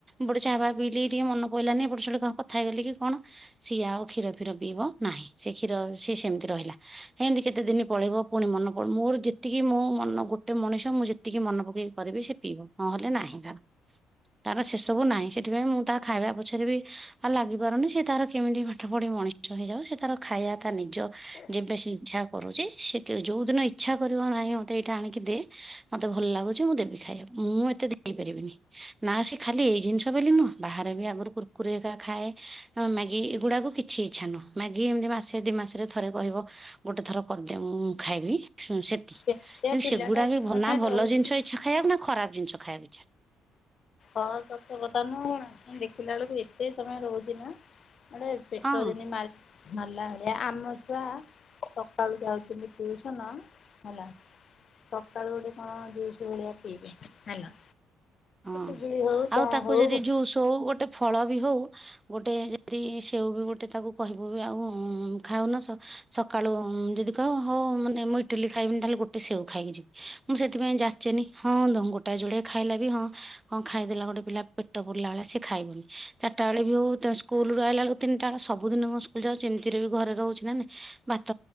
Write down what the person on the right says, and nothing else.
ଗୋଟେ ଚାହା ବାଆ ପଇଲି ଟିକେ ମନ ପଇଲାନି ଏପଟେ <unintelligible> କଣ ହେଇଗଲି କି କଣ ସିଏ ଆଉ କ୍ଷୀର ଫୀର ପିଇବ ନାହିଁ। ସେ କ୍ଷୀର ସିଏ ସେମିତି ରହିଲା। ହେମତି କେତେ ଦିନ ପଳେଇବ ପୁଣି ମନ ପ ମୋର ଯେତିକି ମୋ ମନ ଗୋଟେ ମଣିଷ ମୁଁ ଯେ ଟିକେ ମନେ ପକେଇକି କରିବି ସେ ପିଇବ ନହଲେ ନାହିଁ ତାର। ତାର ସେସବୁ ନାହିଁ ସେଥିପାଇଁ ମୁଁ ତା ଖାଇବା ପଛରେ ବି ଆଉ ଲାଗି ପାରୁନି ସେ ତାର କେମିତି ପାଠ ପଢି ମଣିଷ ହେଇଯାଉ ସେ ତାର ଖାଇବା ତା ନିଜ ଯେବେ ସେ ଇଚ୍ଛା କରୁଛି ସେ ଯୋଉ ଦିନ ଇଛା କରିବ ନାହିଁ ମତେ ଏଇଟା ଆଣିକି ଦେ ମତେ ଭଲ ଲାଗୁଛି ମୁଁ ଦେବି ଖାଇବା ମୁଁ ଏତେ ଦେଇ ପାରିବିନି। ନା ସେ ଖାଲି ଏଇ ଜିନିଷ ବୋଲି ନୁହଁ ବାହାରେ ବି ଆଗରୁ କୁରକୁରେ ଏକା ଖାଏ। ଆ ମ୍ୟାଗି ଏଗୁଡାକୁ କିଛି ଇଛା ନୁହଁ। ମାଗି କି ଏମତି ମାସେ, ଦି ମାସରେ ଥରେ କହିବ ଗୋଟେ ଥର କରିଦିଅ ମୁଁ ଖାଇବି ସେ
ଏଁ
ସେଗୁଡା
ବି ଭ
ନା ଭଲ
ଜିନିଷ ଇଚ୍ଛା ଖାଇଆକୁ ନା ଖରାପ ଜିନଷ ଖାଇଆକୁ ଇଚ୍ଛା।
ହଁ
ଅଁ
ଆଉ ତାକୁ
ଯଦି
ଜୁସ୍ ତୋଉ ଗୋଟେ ଫଳ ବି ହଉ ଗୋଟେ ଯଦି ସେଉ ବି ଗୋଟେ ତାକୁ କହିବୁ ବି ଆଉ ଖାଉନ ସ ସକାଳୁ ଯଦି କହ ହଉ ମାନେ ମୁଁ ଇଟିଲି ଖାଇବିନି ତାହେଲେ ଗୋଟେ ସେଓ ଖାଇକି ଯିବି। ମୁଁ ସେଥିପାଇଁ ଯାଚେନି ହଁ ତ ଗୋଟାଏ ଯୋଡେ ଖାଇଲା ବି ହଁ। କଁ ଖାଇଦେଲା ଗୋଟେ ପିଲା ପେଟ ପୁରିଲା ଭଳିଆ ସେ ଖାଇବନି ଚାଟା ଏଳେ ବି ହଉ ତା ସୁ କୁଲୁ ରୁ ଆଇଲା ଏଳକୁ ତିନିଟା କଁ ସବୁ ଦିନ କଁ ସ୍କୁଲ ଯାଉଚି ଏମତିରେ ବି ଘରେ ରହୁଚି ନା ନାଇଁ। ଭାତ